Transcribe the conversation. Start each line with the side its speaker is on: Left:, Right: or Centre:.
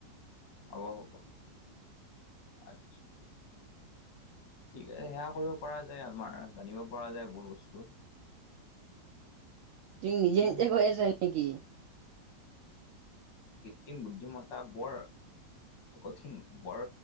Left: হ'ব-হ'ব আচ্ছা ঠিক আছে সেয়া কৰিব পৰা যায় আমাৰ জানিব পৰা যায় বুৰ বস্তু।
Right: তুমি
Left: কৃত্ৰিম
Right: নিজে-নিজে কৈ আছা নেকি?
Left: কৃত্ৰিম বুদ্ধিমত্তা বৰ কঠিন বৰ